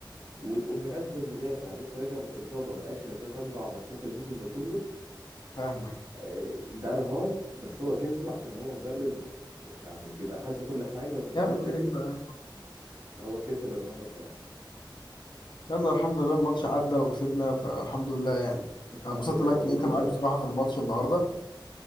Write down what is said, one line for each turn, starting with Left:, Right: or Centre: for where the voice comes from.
Right: وتقوم منزل مدافع لسه راجع من اصابه ما لعبش غير تلات اربع ماتشات الموسم ده كله
Left: فاهمك
Right: آه، ده رهان بس هو كسبه عشان هو مدرب آه، يعني بيبقى حاسب كل حاجه ومدرب
Left: جامد
Right: ذكي
Left: كده كده
Right: فهو كسب الرهان ده بصراحه
Left: يلا الحمد لله الماتش عدى وكسبنا فالحمد لله يعني
Right: الحمد
Left: انا انبسطت
Right: لله
Left: لك
Right: مبروك
Left: إن انت
Right: الدوري
Left: معاك بصراحه في الماتش النهارده